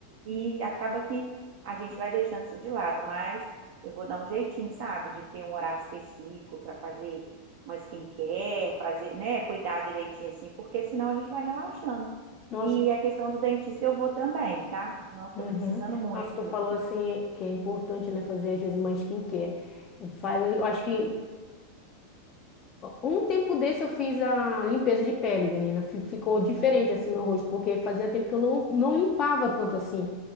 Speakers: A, on the right; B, on the left.
A: E acaba que a gente vai deixando isso de lado, mas eu vou dar um jeitinho, sabe, de ter um horário específico para fazer uma skincare, fazer, né, cuidar direitinho assim, porque senão a gente vai relaxando.
B: Nossa,
A: E a questão do dentista eu vou também, tá? Nossa,
B: uhum.
A: tô precisando muito.
B: Nossa, tu falou assim que é importante, né, fazer às vezes uma skincare. Faz, eu acho que Um tempo desse eu fiz a limpeza de pele, menina. Fi- Ficou diferente assim meu rosto, porque fazia tempo que eu não, não limpava tanto assim.